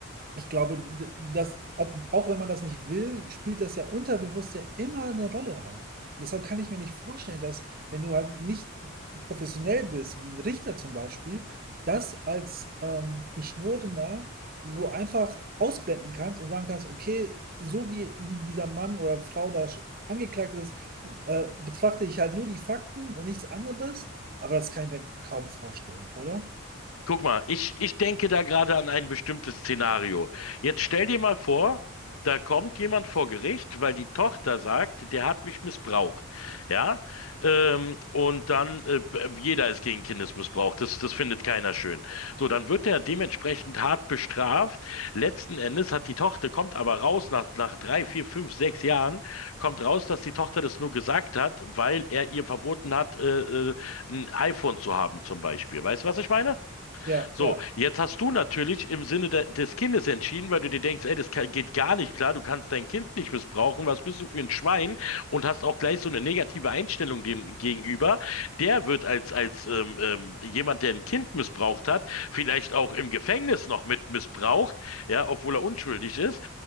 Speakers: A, on the right (about 45°); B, on the left (about 85°).
A: ich glaube, dass, ob, auch wenn man das nicht will, spielt das ja unterbewusst ja immer eine Rolle halt. Und deshalb kann ich mir nicht vorstellen, dass, wenn du halt nicht professionell bist, wie ein Richter zum Beispiel, das als ähm, Geschworener so einfach ausblenden kannst und sagen kannst, okay, so wie, wie dieser Mann oder Frau da angeklagt ist, äh, betrachte ich halt nur die Fakten und nichts anderes. Aber das kann ich mir kaum vorstellen, oder?
B: Guck mal, ich, ich denke da gerade an ein bestimmtes Szenario. Jetzt stell dir mal vor, da kommt jemand vor Gericht, weil die Tochter sagt, der hat mich missbraucht. Ja, ähm, und dann, äh, b- jeder ist gegen Kindesmissbrauch. Das, das findet keiner schön. So, dann wird er dementsprechend hart bestraft. Letzten Endes hat die Tochter, kommt aber raus nach, nach drei, vier, fünf, sechs Jahren, kommt raus, dass die Tochter das nur gesagt hat, weil er ihr verboten hat, äh, äh, ein iPhone zu haben, zum Beispiel. Weißt du, was ich meine?
A: Ja,
B: So,
A: ja.
B: jetzt hast du natürlich im Sinne de des Kindes entschieden, weil du dir denkst, ey, das ka- geht gar nicht klar, du kannst dein Kind nicht missbrauchen, was bist du für ein Schwein? Und hast auch gleich so eine negative Einstellung dem gegenüber. Der wird als, als ähm, ähm, jemand, der ein Kind missbraucht hat, vielleicht auch im Gefängnis noch mit missbraucht, ja, obwohl er unschuldig ist.